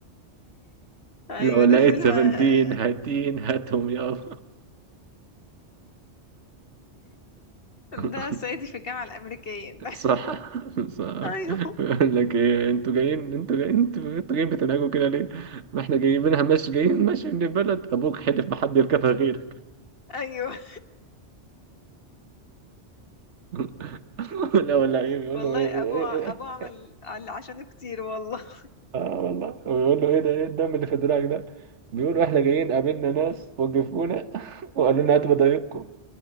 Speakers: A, on the left; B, on the right.
A: ايوه
B: لو لقيت
A: ده فيلم
B: سفنتين
A: <laughs>
B: هاتين هاتهم يابا <laughs>
A: ده صعيدي في الجامعه الامريكيه ده
B: صح <laughs> صح
A: ايوه
B: يقول لك ايه انتوا جايين انتوا جايين انتوا انتوا جايين بتنهجوا كده ليه؟ ما احنا جايبينها ماشي جايين ماشي من البلد ابوك حلف ما حد يركبها غيرك
A: ايوه
B: <laughs> لا ولا
A: <laughs>
B: ايه بيقول
A: والله
B: له ايه ايه
A: ابوه ع-
B: ايه ايه
A: ابوه عمل
B: إيه.
A: عل- عشانه كتير والله
B: اه والله ويقول له ايه ده ايه الدم اللي في دراعك ده؟ بيقولوا احنا جايين قابلنا ناس وقفونا <laughs> وقالوا لنا هاتوا بضايقكم